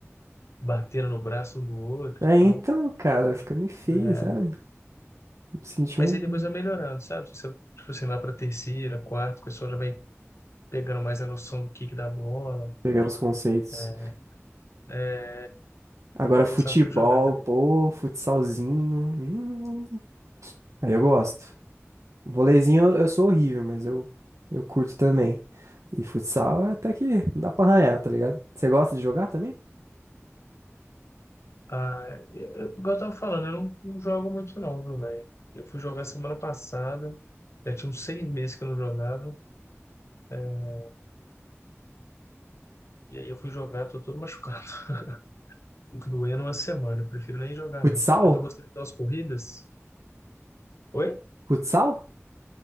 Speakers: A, on the left; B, on the right.
A: batendo no braço um do outro
B: É,
A: e
B: então,
A: tal.
B: cara, fica meio feio,
A: né?
B: sabe? Me Senti
A: Mas
B: um.
A: aí depois vai melhorando, sabe? Se você, se você vai para terceira, quarta, o pessoal já vai pegando mais a noção do kick da bola.
B: Pegando os conceitos.
A: né? É,
B: Agora,
A: Eu
B: futebol,
A: gostava muito de jogar também.
B: pô, futsalzinho. hum, aí eu gosto. Voleizinho eu eu sou horrível, mas eu, eu curto também. E futsal é até que dá pra arranhar, tá ligado? Você gosta de jogar também?
A: Ah, eu, eu- igual eu tava falando, eu não, não jogo muito não, meu velho? Eu fui jogar semana passada, já tinha uns seis meses que eu não jogava, é, e aí eu fui jogar, tô todo machucado. <laughs> Fico Doendo uma semana, eu prefiro nem jogar
B: Futsal?
A: não. Porque eu tô gostando de dar umas corridas. Oi?
B: Futsal?